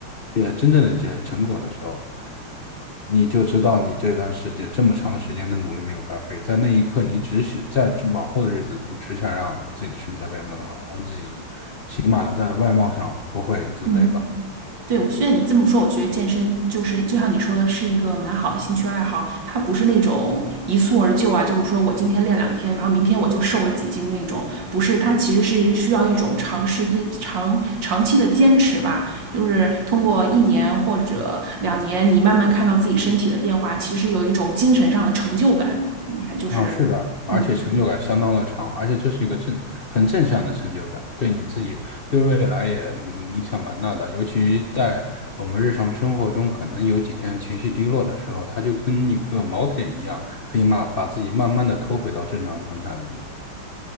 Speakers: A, on the left; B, on the right.
A: 呃，真正的这成果的时候，你就知道你这段时间这么长的时间的努力没有白费。在那一刻，你只想在这往后的日子里，你只想让自己的身材变得更好，让自己起码在外貌上不会自卑吧。
B: 嗯。对，我虽然你这么说，我觉得健身就是就像你说的，是一个蛮好的兴趣爱好。它不是那种一蹴而就啊，就是说我今天练两天，然后明天我就瘦了几斤那种。不是，它其实是需要一种长时间、长长期的坚持吧。就是通过一年或者两年，你慢慢看到自己身体的变化，其实有一种精神上的成就感。你还就是，
A: 啊，是的，而且成就感相当的长，
B: 嗯。
A: 而且这是一个正很正向的成就感，对你自己对未来也嗯影响蛮大的。尤其在我们日常生活中，可能有几天情绪低落的时候，它就跟一个锚点一样，可以慢把自己慢慢的拖回到正常状态里面。